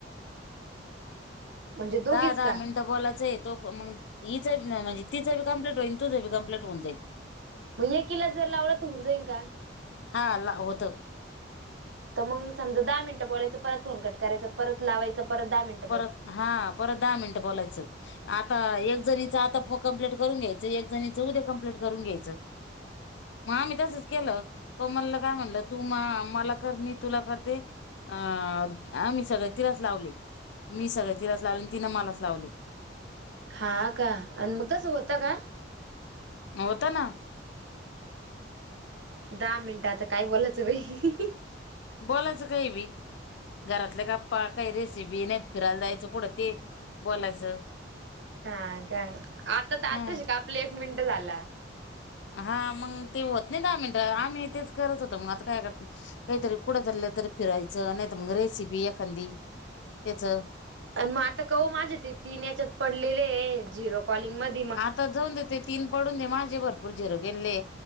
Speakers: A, on the right (about 75°); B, on the left (about 70°).
A: म्हणजे दोघीच
B: दहा-दहा
A: का
B: मिनटं बोलायच तो पण मंग तिचं म म्हणजे तिचं कंप्लीट होईन तुझं बी कंप्लीट होऊन जाईल.
A: मग एकिला जर लावलं तर होऊन जाईन का?
B: हा ला होतं.
A: तर मंग समजा दहा मिनट बोलायचं परत फोन कट करायचं परत लावायचं परत दहा मिन
B: परत हा परत दहा मिनटं बोलायचं. आता एक जणीचं आता प कम्प्लीट करून घ्यायचं एक जणीचं उद्या कम्प्लीट करून घ्यायचं. म आम्ही तसच केलं कोमलला काय म्हणलं तू मा मला कर मी तुला करते अ आम्ही सगळे तिलास लावले. मी सगळं तिलाच लावले आणि तिनं मलाच लावले.
A: हा का आणि मंग तसं होतं का?
B: होतं ना.
A: दहा मिनटं आता काय बोलायचं बाई.
B: बोलायचं काही बी घरातल्या गप्पा काही रेसिपी नाहीतर फिरायला जायचं कुठं ते बोलायचं.
A: हा काय आता आतशी
B: हा
A: का आपली एक मिनटं झाला.
B: हा मंग ते होत नाही दहा मिनटं आम्ही तेच करत होतो मग आता काय कर काहीतरी कुठ चाललं तरी फिरायचं नाहीतर मग रेसिपी एखादी त्याचा.
A: आणि म आता कव माझे ते तीन याच्यात पडलेले झिरो कॉलिंग मध
B: आता जाऊन देत ते तीन पडून दे माझे भरपूर झिरो गेल्ले.